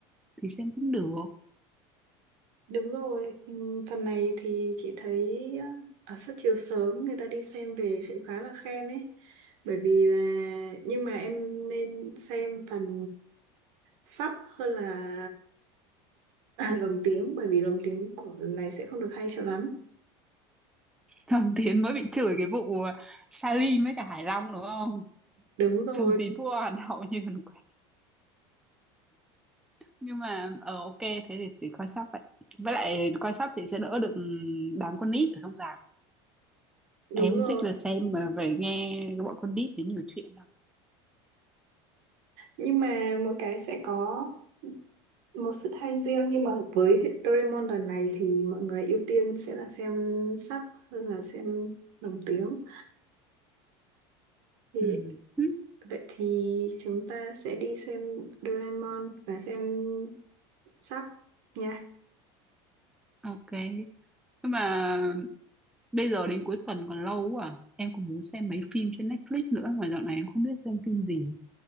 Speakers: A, in the centre; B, on the right.
A: thì xem cũng được
B: Đúng rồi, ừm, phần này thì chị thấy ờ, ở suất chiếu sớm người ta đi xem về cũng khá là khen ấy. Bởi vì là nhưng mà em nên xem phần sắp hơn là <laughs> lồng tiếng bởi vì lồng tiếng của lần này sẽ không được hay cho lắm.
A: Thẩm Tiến mới bị chửi cái vụ Salim với cả Hải Long đúng không?
B: Đúng rồi,
A: Thẩm Tiến vua Hàn Hậu như còn quen. Nhưng mà ờ ok thế thì sẽ coi sắp vậy. Với lại coi sắp thì sẽ đỡ được đám con nít ở trong rạp.
B: đúng
A: Em không
B: rồi.
A: thích là xem mà phải nghe cái bọn con nít đến nhiều chuyện đâu.
B: Nhưng mà mỗi cái sẽ có một sự thay riêng nhưng mà với Doraemon lần này thì mọi người ưu tiên sẽ là xem sub hơn là xem lồng tiếng. Thì
A: Ừ. Ừ,
B: vậy thì chúng ta sẽ đi xem Doraemon và xem sub nha.
A: Ok. Nhưng mà bây giờ đến cuối tuần còn lâu quá à. Em còn muốn xem mấy phim trên Netflix nữa mà dạo này em không biết xem phim gì.